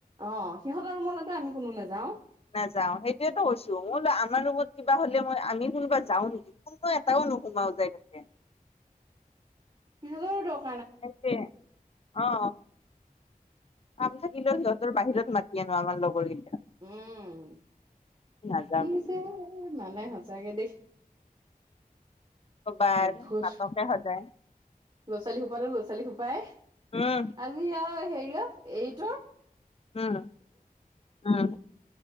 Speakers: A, on the right (about 35°); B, on the left (about 40°).
A: অ সিহঁতৰ ৰুমলৈতো আমি কোনো নাযাও
B: নাযাও সেইটোয়েতো কৈছো মোৰ আমাৰ ৰুমত কিবা হলে ম আমি কোনোবা যাও নেকি কোনো এটাও ন সমাও যায় কিনে
A: সিহঁতৰ ডৰ
B: তাকে অ কাম থাকিলেও সিহঁতৰ বাহিৰত মাতি কেনো আমাৰ লগৰী
A: উম!
B: নাযাও
A: কি যে মানে সচাকে দেই
B: বাৰ
A: অদ্ভুত
B: নাটকে সজায়
A: ল'ৰা ছোৱালী সোপা তো ল'ৰা ছোৱালী সোপাই
B: উম
A: আজি আৰু হে কিয় এইট
B: উম উম